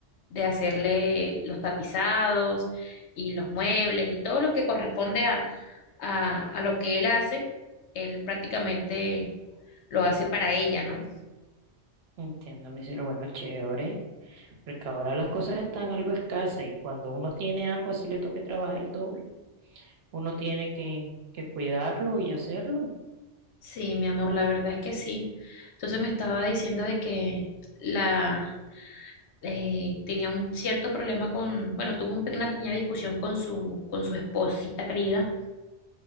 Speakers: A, on the left; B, on the right.
A: de hacerle los tapizados y los muebles y todo lo que corresponde a, a, a lo que él hace, él prácticamente lo hace para ella, ¿no?
B: Entiendo, mi cielo. Bueno, chévere. Porque ahora las cosas están algo escasas y cuando uno tiene algo así le toca trabajar el doble. Uno tiene que, que cuidarlo y hacerlo.
A: Sí, mi amor, la verdad es que sí. Entonces me estaba diciendo de que la eh, tenía un cierto problema con, bueno, tuvo un pe- una pequeña discusión con su, con su esposita querida,